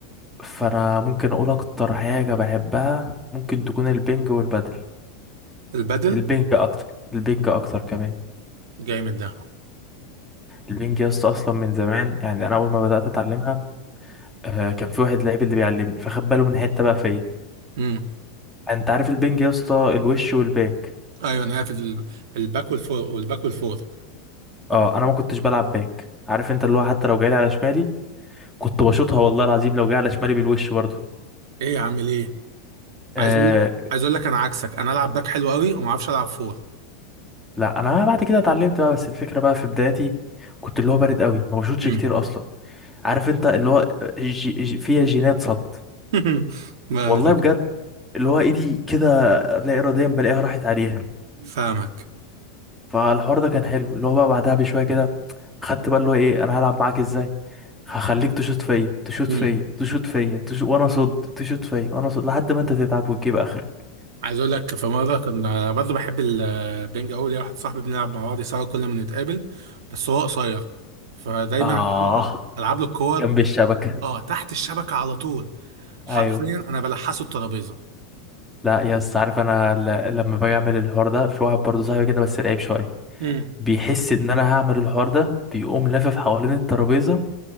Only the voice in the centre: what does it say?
فأنا ممكن أقول أكتر حاجة بحبها ممكن تكون البنج والبادل
البنج اكتر البنج اكتر كمان
البنج يا اسطى اصلا من زمان يعني انا اول ما بدات اتعلمها آه، كان في واحد لعيب اللي بيعلمني فخد باله من حته بقى فيا
انت عارف البنج يا اسطى الوش والباك
اه انا ما كنتش بلعب باك عارف انت اللي هو حتى لو جاي على شمالي كنت بشوطها والله العظيم لو جاي على شمالي بالوش برضه
آه
لا انا بعد كده اتعلمت بقى بس الفكره بقى في بدايتي كنت اللي هو بارد قوي ما بشوطش
كتير اصلا عارف انت اللي هو آه، جي جي فيها جينات صد
والله بجد اللي هو ايدي كده لا اراديا بلاقيها راحت عليها
فالحوار ده كان حلو اللي هو بقى بعدها بشويه كده خدت بقى اللي هو ايه انا هلعب معاك ازاي هخليك تشوط فيا تشوط
فيا تشوط فيا تشوط وانا صد تشوط فيا وانا صد لحد ما انت تتعب وتجيب اخرك
اه
جنب الشبكه
ايوه
لا يا اسطى عارف انا ل... لما باجي اعمل الحوار ده في واحد برضه صاحبي كده بس لعيب شويه
بيحس ان انا هعمل الحوار ده بيقوم لافف حوالين الترابيزه